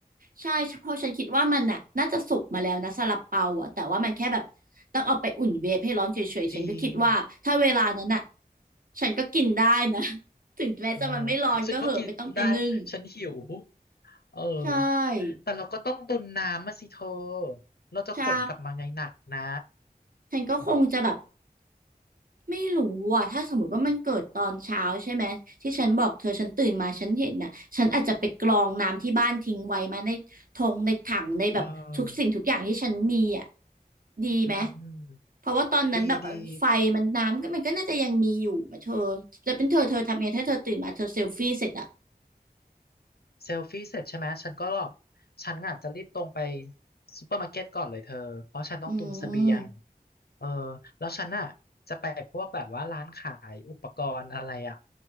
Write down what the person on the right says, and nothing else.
ใช่เพราะฉันคิดว่ามันน่ะน่าจะสุกมาแล้วนะซาลาเปาอ่ะแต่ว่ามันแค่แบบต้องเอาไปอุ่นเวฟให้ร้อนเฉยๆฉันก็คิดว่าถ้าเวลานั้นน่ะ
ฉันก็กินได้นะ <laughs> ถึงแม้จะมันไม่ร้อนก็เหอะไม่ต้องไปนึ่ง
ใช่
ใช่ ฉันก็คงจะแบบไม่รู้อ่ะถ้าสมมติว่ามันเกิดตอนเช้าใช่ไหมที่ฉันบอกเธอฉันตื่นมาฉันเห็นน่ะฉันอาจจะไปกรองน้ำที่บ้านทิ้งไว้มาในทงในถังในแบบทุกสิ่งทุกอย่างที่ฉันมีอ่ะ
ดีไหม
เพราะว่าตอนนั้นแบบมันไฟมันน้ำก็มันก็น่าจะยังมีอยู่มาเธอ
จะเป็นเธอเธอทำไงถ้าเธอตื่นมาเธอเซลฟี่เสร็จอ่ะ
อืม